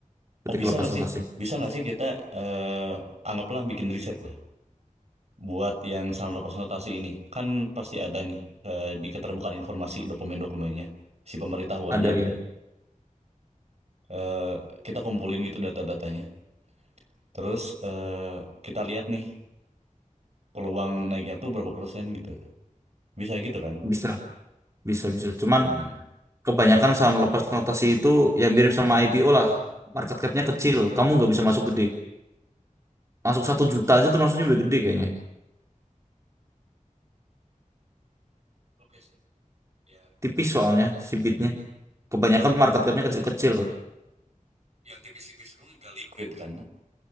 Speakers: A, on the right; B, on the right.
A: ketika
B: oh bisa
A: lepas
B: nggak
A: notasi.
B: sih? Bisa nggak sih kita eh anggaplah bikin riset lah. buat yang sama lepas notasi ini kan pasti ada nih eh, di keterbukaan informasi dokumen-dokumennya si pemberitahuannya
A: Ada ya.
B: gitu Eh, kita kumpulin gitu data-datanya terus eh, kita lihat nih peluang naiknya tuh berapa persen gitu bisa gitu kan
A: Bisa. Bisa, bisa. Cuman
B: Em,
A: kebanyakan saham lepas notasi itu ya mirip sama IPO lah. Market capnya kecil. Kamu nggak bisa masuk gede. Masuk satu juta aja tuh maksudnya udah gede kayaknya.
B: Oke sih. Ya,
A: Tipis soalnya si bitnya. Kebanyakan market capnya kecil-kecil.
B: yang tipis-tipis itu nggak liquid kan